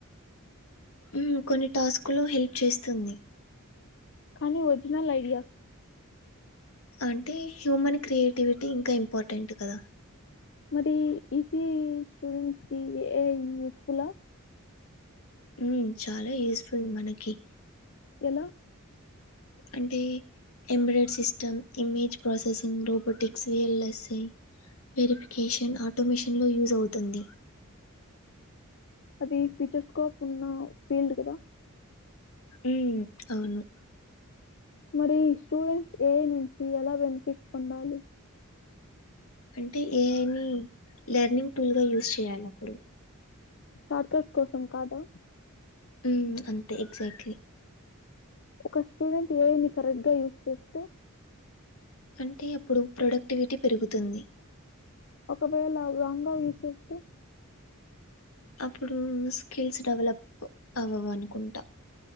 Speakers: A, on the left; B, on the left.
A: ఉ కొన్ని టాస్కుల్లో హెల్ప్ చేస్తుంది
B: కానీ ఒరిజినల్ ఐడియాస్
A: అంటే హ్యూమన్ క్రియేటివిటి ఇంకా ఇంపార్టెంట్ కదా
B: మరి ఈ సీ ఈ స్టూడెంట్స్ కి ఏ ఐ యూస్ ఫుల్ల
A: ఉ చాలా యూస్ఫుల్ మనకి
B: ఎలా
A: అంటే embedded system image processing robotics VLSI verification automation లో యూజ్ అవుతుంది
B: అది ఫీచర్స్కోప్ ఉన్న ఫీల్డ్ కదా
A: ఉ అవును
B: మరి స్టూడెంట్స్ ఏ నుంచి ఎలా బెనిఫిట్స్ పొందాలి
A: అంటే ఏఐని లెర్నింగ్ టూల్ గా యూస్్ చేయాలి అప్పుడు
B: షార్ట్కట్ కోసం కాదా
A: హమ్ అంతే ఎగ్జాక్ట్లీ
B: ఒక స్టూడెంట్ ఏని కరెక్ట్గా యూస్ చేస్తే
A: అంటే అప్పుడు ప్రొడక్టివిటీ పెరుగుతుంది
B: ఒకవేళ రాంగ్ గా యూస్ చేస్తే
A: అప్పుడు స్కిల్స్ డెవలప్ అవ్వవు అనుకుంటా